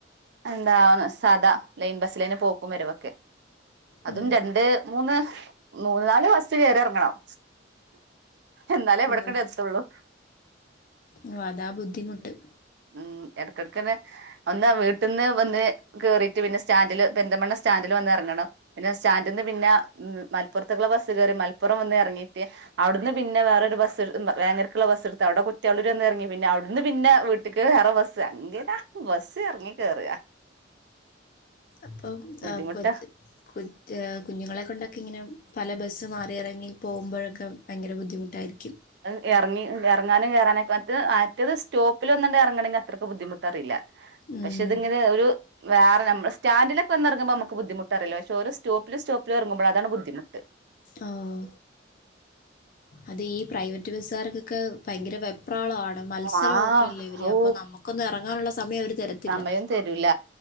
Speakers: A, on the right (about 60°); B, on the left (about 45°).
A: എന്താണ് സ് സാധാ ലൈൻ ബസിലെന്നെ പോക്കും വരവൊക്കെ അതും
B: ഉം.
A: രണ്ട്, മൂന്ന് നാല് ബസ്സ് കേറി എറങ്ങണം എന്നാലേ ഇവിടെക്കണ്ട്
B: ഓ
A: എത്തുള്ളു
B: ഓ അതാ ബുദ്ധിമുട്ട്
A: ഉം എടക്കെടക്കെന്നെ ഒന്നാ വീ ട്ട്ന്ന് വന്ന് കേറിട്ട് പിന്നെ സ്റ്റാൻഡില് പെരിന്തൽമണ്ണ സ്റ്റാൻഡില് വന്ന് എറങ്ങണം പിന്നെ സ്റ്റാൻഡിന്ന് പിന്ന മ് മലപ്പുറത്തേക്കുള്ള ബസ്സ് കേറി മലപ്പുറം വന്ന് എറങ്ങീട്ട് അവിട്ന്ന് പിന്നെ വേറൊരു ബസ്സ് ഇ ബ വേങ്ങരക്ക്ള്ള ബസ് സ് ട്ത്ത് അവിടെ കുറ്റളൂര് വന്നെറങ്ങി പിന്നെ അവിടുന്ന് പിന്നെ വീ ട്ടക്ക് വേറെ ബസ് അങ്ങനാ ബസ് എറങ്ങി കേറാ
B: അപ്പൊ
A: ബുദ്ധിമുട്ട
B: ആ കൊച്ച് കുറ്റ്യാ ആ കുഞ്ഞുങ്ങളെ കൊണ്ടൊക്കെ ഇങ്ങനമ് പല ബസ്സ് മാറിയെറങ്ങി പോവുമ്പഴക്ക ഭയങ്കര ബുദ്ധിമുട്ടായിരി
A: അഹ് എറങ്ങി എറ ങ്ങാനും കേറാനൊക്ക മറ്റത് മറ്റത് സ്റ്റോപ്പിലൊന്നണ്ട് എറങ്ങണെങ്ക അത്രക്ക് ബുദ്ധിമുട്ടറിയില്ല
B: ഉം
A: പക്ഷെ ഇതിങ്ങനെ ഒരു വേറെ നമ്മള് സ്റ്റാൻഡില് വന്നെറങ്ങുമ്പോ മ്മുക്ക് ബുദ്ധിമുട്ടറിയില്ല പക്ഷേ ഒരോ സ്റ്റോപ്പില് സ്റ്റോപ്പിലെറുമ്പോഴ അതാണ് ബുദ്ധിമുട്ട്
B: ഓ ഓ അത് ഈ പ്രൈവറ്റ് ബസ്സുകാർക്കൊക്കെ ഭയങ്കര വെ പ്രാളാണ് മത്സരോട്ടല്ലേ
A: ആഹ്
B: ഇവര്
A: ഓ
B: അപ്പം നമുക്കൊന്ന് എറങ്ങാനുള്ള സമയം അവര് തരത്തില്ല
A: സമയം തരൂല